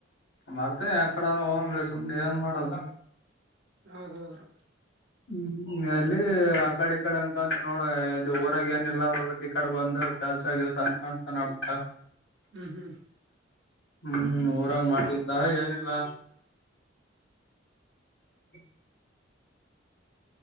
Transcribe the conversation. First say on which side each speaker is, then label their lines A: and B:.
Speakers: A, on the left (about 75°); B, on the right (about 70°).
A: ಮಾಡ್ತೇನಿ ಯಾಕಡೆನೋ ಹೋಗೋಣ ಸುಮ್ನೆ ಏನ್ ಮಾಡೋದು
B: ಹೌದ ಹೌದು ರ
A: ಹ್ಮ್ ಅಲ್ಲಿ ಆ ಕಡೆ ಈ ಕಡೆ ಅನ್ಕಂತ ನೋಡ ಇಲ್ಲಿ ಊರಾಗ ಏನ್ ಇಲ್ಲದ ಈ ಕಡೆ ಬಂದು ಕೆಲ್ಸ ಕೆಲ್ಸ ಅನ್ ಕಾಣಂತ ನಡತ
B: ಹ್ಮ್ ಹ್ಮ್
A: ಹ್ಮ್ ಊರಂಗ <unintelligible> ಮಾಡಲಿಲ್ಲ ಏನಿಲ್ಲ <inaudible>